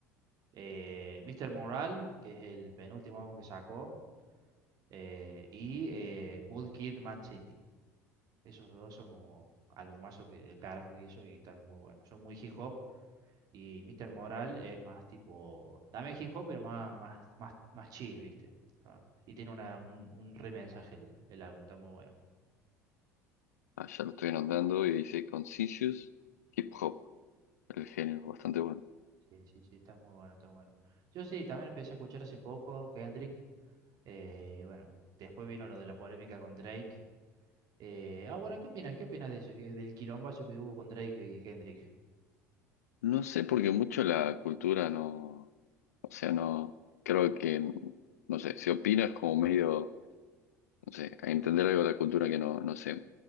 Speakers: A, on the right; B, on the left.
A: eh, Mr. Moral, que es el penúltimo álbum que sacó, eh, y eh, Good Kid, Mad City. Esos dos son como albumazos que, el carajo que hizo y están muy buenos. Son muy hip hop, Y Mr. Moral es más tipo, también hip hop, pero más, más, más, más chill, ¿viste? Está- y tiene una, un, un re mensaje el, el álbum, está muy bueno.
B: allá lo estoy anotando y dice Conscious Hip Hop, el género, bastante bueno.
A: Sí, sí, sí, está muy bueno, está bueno. Yo sí, también empecé a escuchar hace poco Kendrick. eh, bueno, después vino lo de la polémica con Drake. eh, ah, bueno, ¿qué opinas? ¿Qué opinas de eso? que- Del quilombazo que hubo con Drake y Kendrick.
B: No sé porque mucho la cultura no, o sea, no, creo que, no sé, si opinas como medio, no sé, a entender algo de la cultura que no, no sé,